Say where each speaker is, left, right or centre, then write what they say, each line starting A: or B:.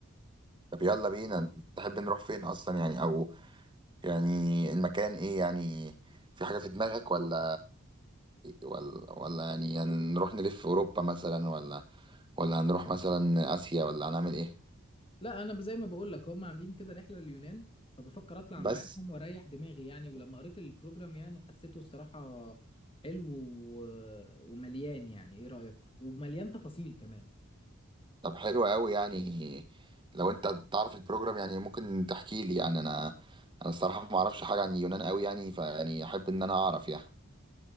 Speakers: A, on the right (about 20°); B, on the left (about 25°).
A: طب يلا بينا تحب نروح فين اصلا يعني او يعني المكان ايه يعني في حاجة في دماغك ولا ولا ولا يعني هنروح نلف اوروبا مثلا ولا ولا هنروح مثلا اسيا ولا هنعمل ايه
B: لا انا زي ما بقول لك هم عاملين كده رحله لليونان فبفكر اطلع معاهم
A: بس
B: واريح دماغي يعني ولما قريت البروجرام يعني حسيته الصراحه حلو و... ومليان يعني ايه رايك ومليان تفاصيل كمان
A: طب حلو قوي يعني لو انت تعرف البروجرام يعني ممكن تحكي لي يعني انا انا الصراحه ما اعرفش حاجه عن اليونان قوي يعني فيعني احب ان انا اعرف يعني